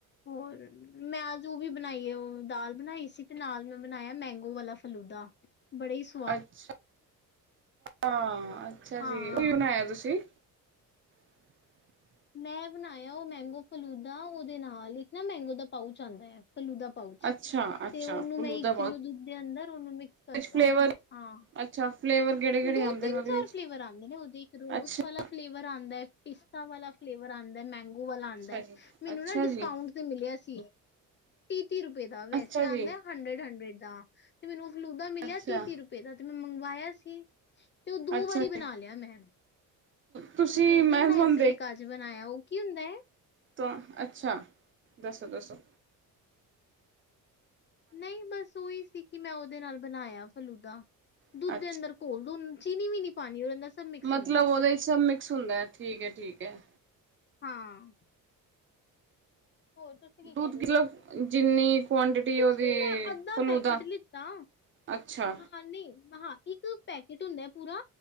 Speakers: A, on the left; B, on the right.
A: ਹੋਰ? ਮੈਂ ਅੱਜ ਉਹ ਵੀ ਬਣਾਈ ਹੈ ਉਹ ਦਾਲ ਬਣਾਈ ਸੀ ਤੇ ਨਾਲ ਮੈਂ ਬਣਾਇਆ ਮੈਂਗੋ ਵਾਲਾ ਫਲੂਦਾ। ਬੜੀ ਸਵ-
B: ਅੱਛਾ ਹਾਂ ਅੱਛਾ
A: ਹਾਂ
B: ਜੀ, ਕੀ ਬਣਾਇਆ ਤੁਸੀਂ? <inaudible>
A: ਮੈਂ ਬਣਾਇਆ ਓ ਮੈਂਗੋ ਫਲੂਦਾ ਉਦੇ ਨਾਲ ਇੱਕ ਨਾ ਮੈਂਗੋ ਦਾ ਪਾਊਚ ਆਂਦਾ ਆ ਫਲੂਦਾ ਪਾਊਚ
B: ਅੱਛਾ ਅੱਛਾ
A: ਤੇ ਉਨੂੰ
B: ਫਲੂਦਾ
A: ਮੈਂ ਇੱਕ ਕਿੱਲੋ
B: ਪਾਓ
A: ਦੁੱਧ ਦੇ ਅੰਦਰ ਉਨੂੰ ਮਿਕਸ ਕਰਤਾ
B: ਫਲੇਵਰ
A: ਹਾਂ
B: ਅੱਛਾ ਫਲੇਵਰ ਕਿਹੜੇ ਕਿਹੜੇ
A: ਦੋ,
B: ਆਉਂਦੇ
A: ਤਿੰਨ,
B: ਨੇ ਉਹਦੇ
A: ਚਾਰ
B: ਵਿੱਚ
A: ਫਲੇਵਰ ਆਂਦੇ ਨੇ ਉਦੇ ਇੱਕ ਰੋਜ਼
B: ਅੱਛਾ
A: ਵਾਲਾ ਫਲੇਵਰ ਆਂਦਾ ਹੈ, ਪਿਸਤਾ ਵਾਲਾ ਫਲੇਵਰ ਆਂਦਾ ਹੈ, ਮੈਂਗੋ ਵਾਲਾ
B: ਅੱਛਾ
A: ਆਂਦਾ ਹੈ,
B: ਜੀ
A: ਮੈਨੂੰ
B: ਅੱਛਾ
A: ਨਾ ਡਿਸਕਾਊਂਟ
B: ਜੀ
A: ਮਿਲਿਆ ਸੀ ਤੀਹ-ਤੀਹ ਰੁਪਏ ਦਾ ਵੈਸੇ
B: ਅੱਛਾ
A: ਆਂਦਾ
B: ਜੀ
A: ਹੰਡਰਡ-ਹੰਡਰਡ ਦਾ ਤੇ ਮੈਨੂੰ ਓ ਫਲੂਦਾ ਮਿਲਿਆ
B: ਅੱਛਾ
A: ਤੀਹ-ਤੀਹ ਰੁਪਏ ਦਾ ਤੇ ਮੈਂ ਮੰਗਵਾਇਆ ਸੀ ਤੇ' ਓ ਦੋ
B: ਅੱਛਾ
A: ਵਾਰੀ
B: ਜੀ
A: ਬਣਾ ਲਿਆ ਮੈਂ
B: ਤੁਸੀਂ
A: ਇਕ ਉਸ
B: ਮੈਂ
A: ਦਿਨ ਬਣਾਇਆ
B: ਤੁਹਾਨੂੰ
A: ਸੀ। ਔਰ ਇਕ ਅੱਜ ਬਣਾਇਆ ਉਹ ਕੀ ਹੁੰਦਾ ਹੈ?
B: ਤਾਂ ਅੱਛਾ ਦੱਸੋ-ਦੱਸੋ
A: ਨਈ ਬਸ ਉਹੀ ਸੀ ਕਿ ਮੈਂ ਉਦੇ ਨਾਲ ਬਣਾਇਆ ਫਲੂਦਾ
B: ਅੱ
A: ਉਦੇ ਅੰਦਰ ਘੋਲ ਦੋ ਉਨੂੰ ਚੀਨੀ ਵੀ ਨੀ ਪਾਨੀ ਉਦੇ ਅੰਦਰ ਸਭ ਮਿਕਸ
B: ਮਤਲਬ
A: ਹੁੰਦਾ ਐ
B: ਉਹਦੇ 'ਚ ਸਭ ਮਿਕਸ ਹੁੰਦਾ ਹੈ। ਠੀਕ ਹੈ-ਠੀਕ ਹੈ
A: ਹਾਂ ਹੋਰ ਤੁਸੀਂ ਕੀ
B: ਦੁੱਧ
A: ਕਹਿ ਰਹੇ
B: ਕਿਲੋ
A: ਸੀ?
B: ਜਿੰਨੀ ਕੁਆਆਂਟਿਟੀ
A: ਕੁਛ
B: ਉਦੀ
A: ਨੀ ਮੈਂ ਅੱਧਾ
B: ਫਲੂ
A: ਪੈਕੇਟ
B: ਦਾ
A: ਲਿੱਤਾ
B: ਅੱਛਾ
A: ਹਾਂ ਨਈ ਹਾਂ ਇੱਕ ਪੈਕੇਟ ਹੁੰਦਾ ਪੂਰਾ